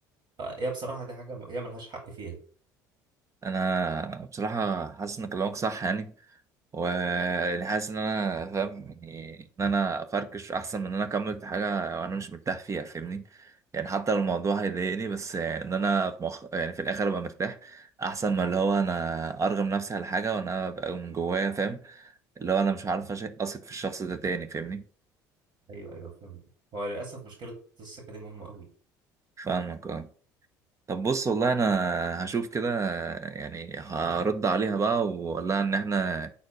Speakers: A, on the right; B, on the right.
A: فهي بصراحة دي حاجة هي ملهاش حق فيها
B: انا بصراحه حاسس ان كلامك صح يعني ويعني حاسس ان انا فاهم يعني ان انا افركش احسن من ان انا اكمل في حاجه انا مش مرتاح فيها فاهمني يعني حتى لو الموضوع هيضايقني بس ان انا في مخ... يعني في الاخر ابقى مرتاح احسن ما اللي هو انا ارغم نفسي على حاجه وانا ببقى من جوايا فاهم اللي هو انا مش عارف أش- اثق في الشخص ده تاني فاهمني
A: ايوه ايوه فهمت هو للأسف مشكلة السكة دي مهمة قوي
B: فاهمك اه طب بص والله انا هشوف كده يعني هرد عليها بقى واقول لها ان احنا